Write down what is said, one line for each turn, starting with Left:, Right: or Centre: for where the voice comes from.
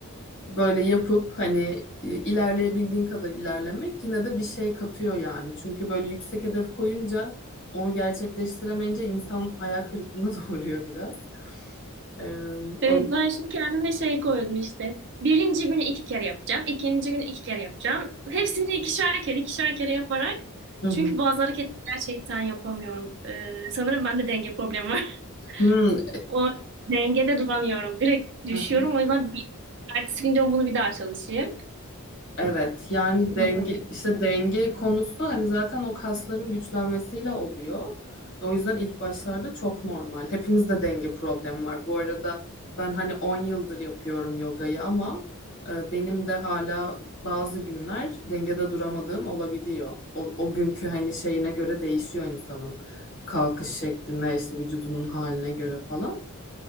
Left: böyle yapıp hani e, ilerleyebildiğin kadar ilerlemek yine de bir şey katıyor yani. Çünkü böyle yüksek hedef koyunca onu gerçekleştiremeyince insan hayal kırıklığına <laughs> doğruyor biraz. Ee,
Right: Evet,
Left: o...
Right: ben şimdi kendime şey koydum işte. Birinci günü iki kere yapacağım. ikinci günü iki kere yapacağım. Hepsini ikişer kere, ikişer kere yaparak.
Left: Hı hı.
Right: Çünkü bazı hareketleri gerçekten yapamıyorum. Ee, sanırım bende denge problemi var. <laughs>
Left: Hmm,
Right: O dengede duramıyorum. Direkt düşüyorum.
Left: e-
Right: O yüzden bir, ertesi gün diyorum bunu bir daha çalışayım.
Left: Evet yani
Right: Bulamadım.
Left: denge işte denge konusu hani zaten o kasların güçlenmesiyle oluyor. O yüzden ilk başlarda çok normal. Hepimizde denge problemi var. Bu arada ben hani 10 yıldır yapıyorum yogayı ama e, benim de hala bazı günler dengede duramadığım olabiliyor. O, o günkü hani şeyine göre değişiyor insanın kalkış şekline işte vücudunun haline göre falan.